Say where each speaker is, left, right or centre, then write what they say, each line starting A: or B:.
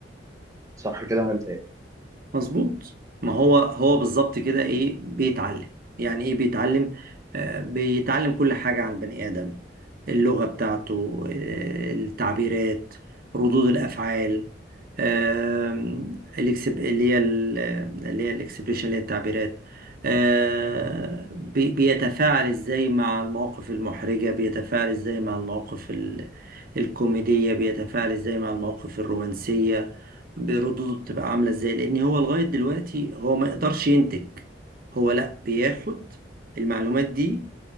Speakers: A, on the right; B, on the right.
A: صح كده انا بتهيألي
B: مظبوط ما هو هو بالظبط كده ايه بيتعلم يعني ايه بيتعلم آه بيتعلم كل حاجة عن البني آدم اللغة بتاعته آه التعبيرات ردود الأفعال آم، الإكسب- اللي هي ال- اللي هي الاكسبريشن اللي هي التعبيرات آه، بي- بيتفاعل ازاي مع المواقف المحرجة بيتفاعل ازاي مع المواقف ال- الكوميدية بيتفاعل ازاي مع المواقف الرومانسية بردوده بتبقى عاملة ازاي لان هو لغاية دلوقتي هو ما يقدرش ينتج هو لا بياخد المعلومات دي